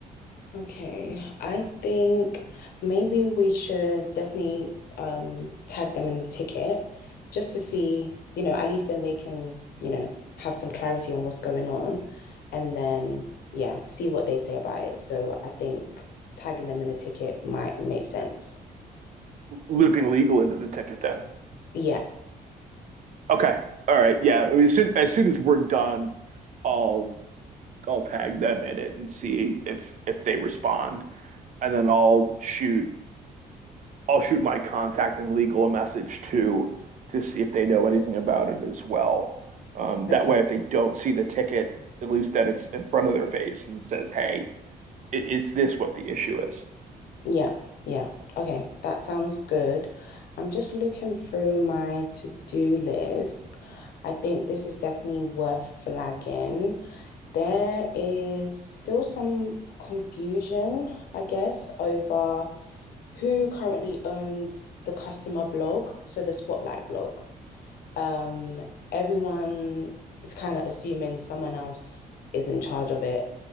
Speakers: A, on the left; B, on the right.
A: Okay, I think maybe we should definitely um tag them in the ticket just to see, you know, at least then they can, you know, have some clarity on what's going on and then yeah, see what they say about it. So I think tagging them in the ticket might make sense.
B: Looping legal into the ticket then.
A: Yeah.
B: Okay. All right. Yeah. I mean, as soon, as soon as we're done, I'll I'll tag them in it and see if if they respond. And then I'll shoot I'll shoot my contact in legal a message too to see if they know anything about it as well. Um,
A: Okay.
B: that way, if they don't see the ticket, at least then it's in front of their face and says, "Hey, i- is this what the issue is?"
A: Yeah. Yeah. Okay, that sounds good. I'm just looking through my to-do list. I think this is definitely worth flagging. There is still some confusion, I guess, over who currently owns the customer blog, so the Spotlight blog. Um, everyone is kind of assuming someone else is in charge of it